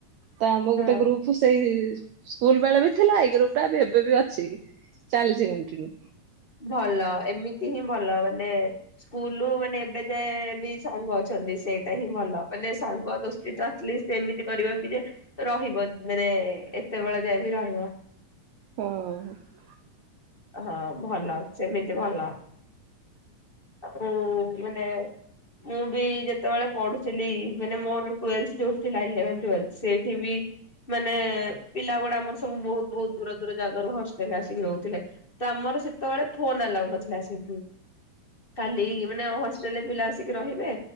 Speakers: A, on the right; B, on the left.
A: ତ ଆମ
B: ହଁ
A: ଗୋଟେ ଗ୍ରୁପ ସେଇ ସ୍କୁଲ ବେଳେ ବି ଥିଲା ଏଇ ଗ୍ରୁପ ଟା ବି ଏବେ ବି ଅଛି। ଚାଲିଛି କଣ୍ଟିନ୍ୟୁ।
B: ଭଲ ଏମିତି ହିଁ ଭଲ ମାନେ ସ୍କୁଲ ମାନେ ଏବେ ଯାଏ ବି ସାଙ୍ଗ ଅଛନ୍ତି। ସେଇଟା ହିଁ ଭଲ ମାନେ ସାଙ୍ଗ ଦୋସ୍ତି ତ ଆଟ୍ଲିଷ୍ଟ ସେମିତି କରିବ କି ଯେ ରହିବ ମାନେ ଏତେବେଳେ ଯାଏ ବି ରହିବ।
A: ହଁ।
B: ହଁ ଭଲ ସେମିତି ଭଲ। ହୁଁ ମାନେ ମୁଁ ବି ଯେତେବେଳେ ପଢୁଥିଲି ମାନେ ମୋର ଟୁଏଲ୍ଥ ଯୋଉ ଥିଲା ଇଲେଭେନ୍ ଟୁଏଲଥ ଥିଲା ସେଇଠି ବି ମାନେ ପିଲା ଗୁଡା ଆମର ସବୁ ବହୁତ ବହୁତ ଦୂର ଦୂର ଜାଗ ରୁ ହଷ୍ଟେଲରେ ଆସିକି ରହୁଥିଲେ। ତ ଆମର ସେତେବେଳେ ଫୋନ ଆଲାଉ ନଥିଲା ସେଇଠୁ। କାଲି ମାନେ ହଷ୍ଟେଲରେ ପିଲା ଆସିକି ରହିବେ।